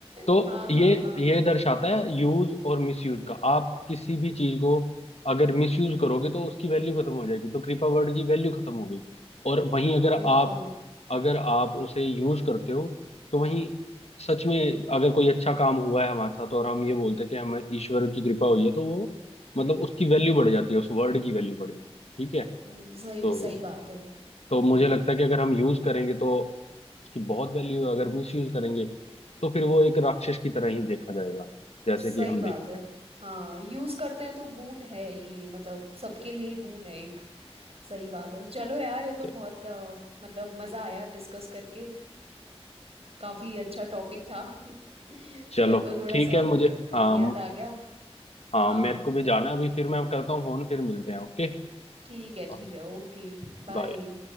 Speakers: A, on the left; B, on the right.
A: तो
B: हाँ
A: ये
B: हाँ हाँ,
A: ये दर्शाता है यूज और मिसयूज का आप किसी भी चीज को अगर मिसयूज करोगे तो उसकी वैल्यू खत्म हो जाएगी तो कृपा वर्ड की वैल्यू खत्म हो गई और वहीं अगर
B: बिल्कुल
A: आप अगर आप उसे यूज करते हो तो वहीं सच में अगर कोई अच्छा काम हुआ है हमारे साथ और हम ये बोलते हैं कि हमें ईश्वर की कृपा हुई है तो वो मतलब उसकी वैल्यू बढ़ जाती है उस वर्ड की वैल्यू बढ़ जाती है ठीक है
B: हम्म, सही
A: तो
B: सही बात है हम्म
A: तो मुझे लगता है कि अगर हम यूज करेंगे तो उसकी बहुत वैल्यू है अगर मिस यूज करेंगे तो फिर वो एक राक्षस की तरह ही देखा जाएगा जैसे
B: सही
A: कि हम
B: बात
A: देखते
B: है
A: हैं
B: हाँ यूज करते हैं तो बून है ही ये मतलब सबके लिए ही बून है एक सही बात है चलो यार ये
A: च-
B: तो बहुत अ, मतलब मजा आया डिस्कस करके अ, काफी अच्छा टॉपिक था <laughs>
A: चलो
B: मेरे को थोड़ा
A: ठीक
B: सा
A: है मुझे
B: काम
A: हाँ
B: याद आ गया
A: हाँ
B: हाँ
A: मेरे को भी जाना है अभी फिर मैं करता हूँ फोन फिर मिलते हैं ओके
B: ठीक है ठीक
A: Okay
B: है ओके बाय
A: bye